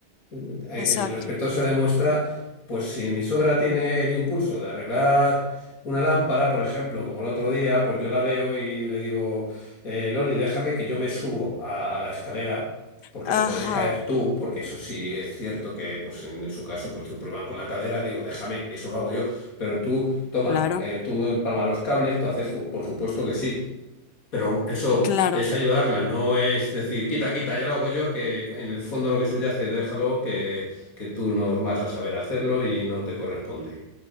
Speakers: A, on the left; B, on the left.
A: Eh,
B: Exacto.
A: El respeto se demuestra, pues si mi suegra tiene el impulso de arreglar una lámpara, por ejemplo, como el otro día, pues yo la veo y le digo, eh, Loli, déjame que yo me subo a, a la escalera. porque
B: Ajá.
A: te puedes caer tú, porque eso sí es cierto que pues en, en su caso pues tuve un problema con la cadera, digo, déjame, eso lo hago yo, pero tú, toma,
B: Claro,
A: eh, tú empalma los cables, tú haces esto, por supuesto que sí. Pero eso
B: claro.
A: es ayudarla, no es decir, quita, quita, ya lo hago yo, que en el fondo lo que subyace, déjalo, que, que tú no vas a saber hacerlo y no te corresponde.